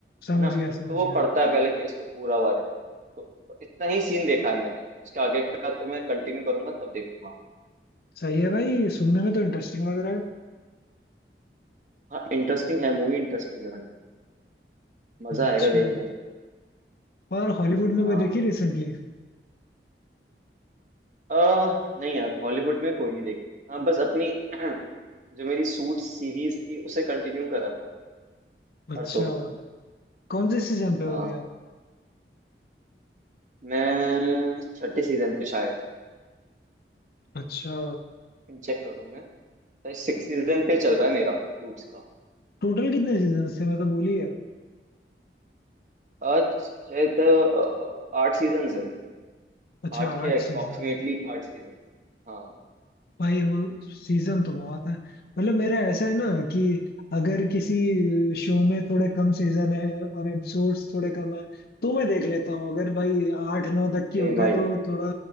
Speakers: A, on the left (about 55°); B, on the right (about 45°).
A: समझ
B: है ना
A: गया समझ
B: तो वो
A: गया
B: पढ़ता है पहले केस को पूरा बारे में तो इतना ही सीन देखा है मैंने इसके आगे का तो मैं कंटिन्यू करूंगा तब देखूंगा
A: सही है भाई सुनने में तो इंटरेस्टिंग लग रहा है
B: हाँ इंटरेस्टिंग है मूवी इंटरेस्टिंग है भाई मजा
A: हम्म,
B: आएगा
A: अच्छा
B: देखने में
A: और हॉलीवुड में
B: हाँ
A: कोई देखी रिसेंटली
B: अह नहीं यार हॉलीवुड में कोई नहीं देखी हाँ बस अपनी <clears throat> जो मेरी सूट सीरीज थी उसे कंटिन्यू करा था
A: अच्छा
B: परसों को
A: कौन से सीजन पे हो
B: हाँ
A: अभी आप
B: मैं छठे सीजन पे शायद
A: अच्छा
B: चेक करूँ मैं शायद सिक्स सीजन पे चल रहा है मेरा सूट्स का
A: टोटल कितने सीजन थे मैं तो भूल ही गया
B: आज शायद अ, अ, अ, आठ सीजन है
A: अच्छा
B: आठ के
A: आठ
B: अप्रोक्सीमेटली
A: सीजन
B: आठ सीजन हाँ
A: भाई वो सीजन तो बहुत है मतलब मेरा ऐसा है ना कि अगर किसी शो में थोड़े कम सीजन है और एपिसोड्स थोड़े कम है तो मैं देख लेता हूँ अगर भाई आठ नौ तक की
B: सेम
A: हो
B: भाई
A: गए तो थोड़ा